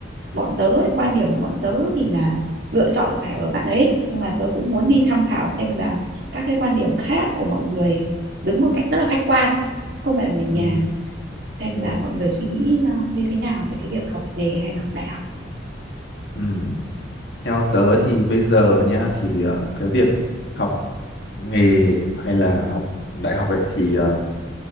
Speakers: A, on the right; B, on the left.
A: bọn tớ ấy, quan điểm của bọn tớ thì là lựa chọn phải ở bạn ấy nhưng mà tớ cũng muốn đi tham khảo xem là các cái quan điểm khác của mọi người đứng một cách rất là khách quan không phải là người nhà
B: ừ,
A: xem
B: ừ,
A: là mọi người suy nghĩ ờ, như thế nào về cái việc học nghề hay là học đại học
B: ừ. Theo tớ thì bây giờ nhá, thì ờ, cái việc học nghề hay là học đại học ấy thì ờ,